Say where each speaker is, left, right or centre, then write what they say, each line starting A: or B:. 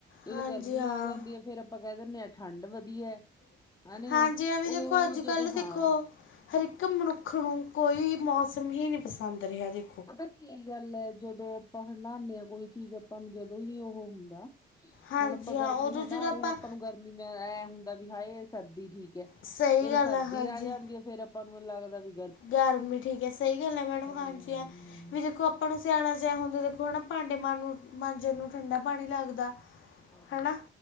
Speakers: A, on the left; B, on the left.
A: ਜਦੋਂ
B: ਹਾਂਜੀ
A: ਗਰਮੀ
B: ਹਾਂ
A: ਆ ਜਾਂਦੀ ਹੈ ਫੇਰ ਆਪਾਂ ਕਹਿ ਦਿੰਣੇ ਹਾਂ ਠੰਡ ਵਧੀਆ। ਹੇ ਨੀ
B: ਹਾਂਜੀ ਐਵੇਂ ਦੇਖੋ
A: ਉਹ
B: ਅੱਜ
A: ਜਦੋਂ
B: ਕੱਲ੍ਹ
A: ਹਾਂ
B: ਦੇਖੋ ਹਰ ਇੱਕ ਮਨੁੱਖ ਨੂੰ ਕੋਈ ਵੀ ਮੌਸਮ ਹੀ ਨਹੀਂ ਪਸੰਦ ਰਿਹਾ ਜੇ
A: ਪਤਾ ਕੀ ਗੱਲ ਹੈ ਜਦੋਂ ਆਪਾ ਹੰਡਾਣੇ ਆਂ ਕੋਈ ਚੀਜ਼ ਆਪਾਂ ਨੂੰ ਜਦੋਂ ਹੀ ਉਹ ਹੁੰਦਾ
B: ਹਾਂਜੀ
A: ਹੁਣ ਆਪਾ ਗਰਮੀ
B: ਹਾਂ ਉਦੋਂ
A: ਹੰਢਾ
B: ਜਦੋਂ ਆਪਾਂ
A: ਰਹੇ ਹਾਂ ਆਪਾ ਨੂੰ ਗਰਮੀ ਮ ਐ ਹੁੰਦਾ ਵੀ ਹਾਏ ਸਰਦੀ ਠੀਕ ਏ
B: ਸਹੀ
A: ਜਦੋ
B: ਗੱਲ
A: ਸਰਦੀ
B: ਹਾਂਜੀ
A: ਆ ਜਾਂਦੀ ਹੈ ਫੇਰ ਆਪਾ ਨੂੰ ਲੱਗਦਾ ਵੀ
B: ਗਰਮੀ ਠੀਕ ਹੈ ਸਹੀ ਗੱਲ ਏ ਮੈਡਮ
A: ਹਮ
B: ਹਾਂਜੀ ਏ ਵੀ ਦੇਖੋ ਆਪਾ ਨੂੰ ਸਿਆਲਾ ਚ ਏ ਹੁੰਦਾ ਦੇਖੋ ਹਨਾ ਭਾਂਡੇ ਮਾਂ ਨੂੰ ਮਾਂਜਣ ਨੂੰ ਠੰਡਾ ਪਾਣੀ ਲੱਗਦਾ
A: ਹਾਂ
B: ਹਨਾ?